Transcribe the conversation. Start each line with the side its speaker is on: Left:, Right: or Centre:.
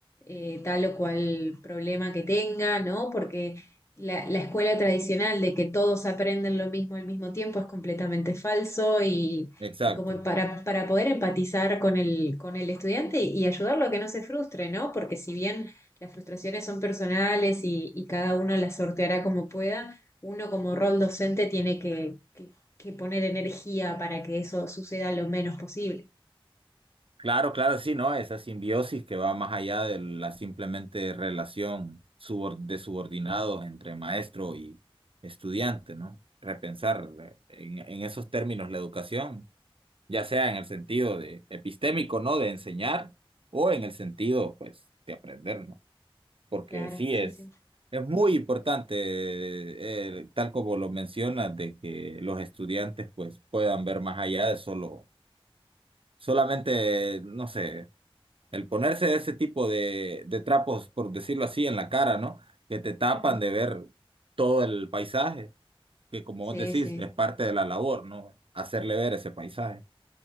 Left: eh, tal o cual problema que tenga, ¿no? Porque la, la escuela tradicional de que todos aprenden lo mismo al mismo tiempo es completamente falso y,
Right: Exacto.
Left: y como para, para poder empatizar con el, con el estudiante y ayudarlo a que no se frustre, ¿no? Porque si bien las frustraciones son personales y, y cada uno las sorteará como pueda, uno como rol docente tiene que, que- que poner energía para que eso suceda lo menos posible.
Right: Claro, claro, sí, ¿no? Esa simbiosis que va más allá de la simplemente relación subor- de subordinados entre maestro y estudiante, ¿no? Repensar eh, en, en esos términos la educación, ya sea en el sentido de epistémico, ¿no? De enseñar o en el sentido, pues, de aprender, ¿no? Porque
Left: Claro,
Right: sí
Left: sí,
Right: es,
Left: sí.
Right: es muy importante, eh, eh, tal como lo mencionas, de que los estudiantes, pues, puedan ver más allá de solo, solamente, no sé el ponerse ese tipo de, de trapos, por decirlo así, en la cara, ¿no? Que te tapan
Left: Mm,
Right: de ver todo el paisaje, que como
Left: Sí,
Right: vos decís,
Left: sí,
Right: es parte de la labor, ¿no? Hacerle ver ese paisaje.